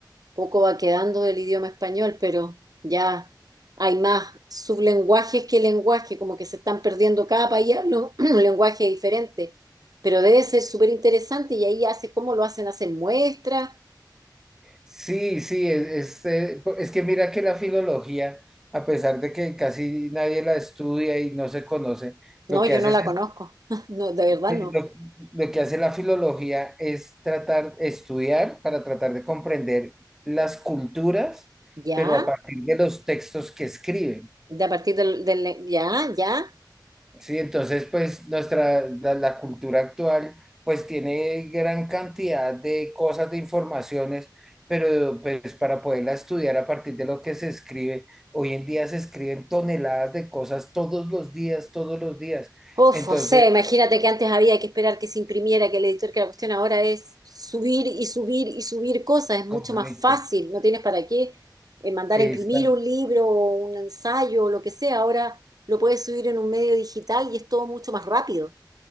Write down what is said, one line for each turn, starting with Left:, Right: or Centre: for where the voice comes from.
Right: poco va quedando del idioma español, pero ya hay más sublenguajes que lenguaje, como que se están perdiendo cada país, habla un <clears throat> un lenguaje diferente. Pero debe ser súper interesante y ahí hace cómo lo hacen, hacen muestras.
Centre: Sí, sí, es, es, eh, po- es que mira que la filología, a pesar de que casi nadie la estudia y no se conoce,
Right: No,
Centre: lo que
Right: yo
Centre: hace
Right: no la
Centre: es,
Right: conozco. <laughs> No, de verdad
Centre: eh,
Right: no.
Centre: lo, lo que hace la filología es tratar, estudiar para tratar de comprender las culturas,
Right: ¿Ya?
Centre: pero a partir de los textos que escriben.
Right: De a partir del, del- ¿Ya? ¿Ya?
Centre: Sí, entonces pues nuestra, la, la cultura actual pues tiene gran cantidad de cosas, de informaciones, pero pues para poderla estudiar a partir de lo que se escribe, hoy en día se escriben toneladas de cosas todos los días, todos los días.
Right: Uf,
Centre: Entonces,
Right: o sea, imagínate que antes había que esperar que se imprimiera, que el editor, que la cuestión ahora es subir y subir y subir cosas. Es mucho
Centre: correcto,
Right: más fácil. No tienes para qué eh, mandar
Centre: está
Right: a imprimir un libro o un ensayo o lo que sea. Ahora lo puedes subir en un medio digital y es todo mucho más rápido.